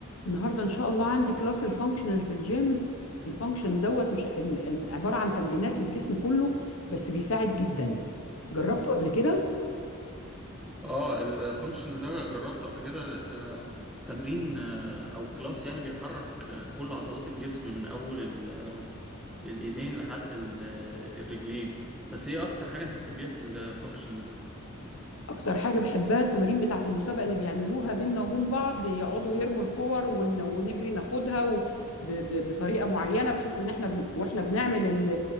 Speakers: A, on the left (about 70°); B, in the centre.
A: النهارده ان شاء الله عندي كلاس الفانكشنال في الجيم الفانكشنال دوت مش ام- ام- عباره عن تمرينات للجسم كله بس بيساعد جدا جربته قبل كده
B: اه الفانكشنال ده جربته قبل كده ده تمرين آه، او كلاس يعني بيحرك آه، كل عضلات الجسم من اول ال- آه، الايدين لحد ال- آه، الرجلين بس ايه اكتر حاجة انت بتحبيها في الفانكشنال ده
A: اكتر حاجه بحبها التمارين بتاعه المسابقه اللي بيعملوها بينا وبين بعض يقعدوا يرموا الكور ون- ونجري ناخدها و- ب- ب- بطريقه معينه بحيث ان احنا بن- واحنا بنعمل ال-